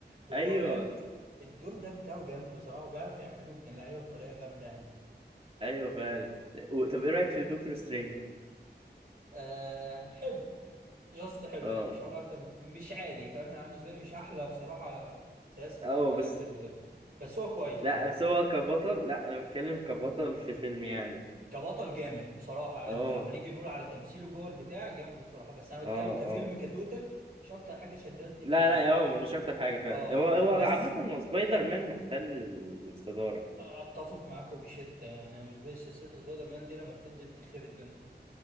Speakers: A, on the right; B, on the right.
A: واللي
B: ايوه
A: هو بيع الدور ده بتاعه جامد بصراحة وبيعرف يعمله ابن اللعيبة بطريقة جامدة يعني
B: ايوه فعلا و- طب ايه رأيك في دكتور سترينج
A: آه حلو جاست حلو
B: اه
A: يعني مش هقول اكتر من- مش عادي فاهم انا بالنسبة لي مش احلى بصراحة سياسة اتفرجت
B: اه
A: عليها
B: بس
A: في ال... بس هو كويس بصراحة
B: لا بس هو كبطل لا انا بتكلم كبطل في فيلم يعني
A: كبطل جامد بصراحة
B: اه
A: انت لو هنيجي نقول على تمثيله جوه البتاع جامد بصراحة بس انا بتكلم
B: اه
A: كفيلم
B: اه
A: كتوتال مش اكتر حاجة شدتني
B: لا
A: في
B: لا
A: في
B: هو مش
A: في
B: اكتر حاجه فاهم
A: اه
B: هو هو
A: بس
B: عامه هو سبايدر مان محتل الصداره
A: اتفق معاك وبشدة يعني انا بالنسبة لي سلسلة سبايدر مان دي لما بتنزل بتخرب الدنيا